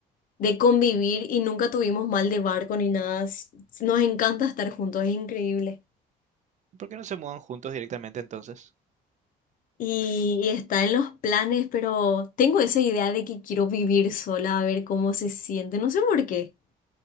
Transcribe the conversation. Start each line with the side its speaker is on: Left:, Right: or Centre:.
Left: de convivir y nunca tuvimos mal de barco ni nada. S- Nos encanta estar juntos, es increíble.
Right: ¿Por qué no se mudan juntos directamente entonces?
Left: Y, y está en los planes, pero tengo esa idea de que quiero vivir sola, a ver cómo se siente, no sé por qué,